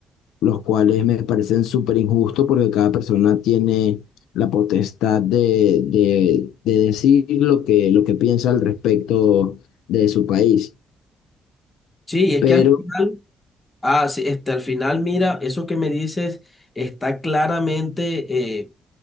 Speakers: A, on the left; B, on the left.
A: los cuales me parecen súper injustos porque cada persona tiene la potestad de, de, de decir lo que, lo que piensa al respecto de su país.
B: Sí, es
A: Pero
B: que al final, ah, sí, este, al final, mira, eso que me dices está claramente eh,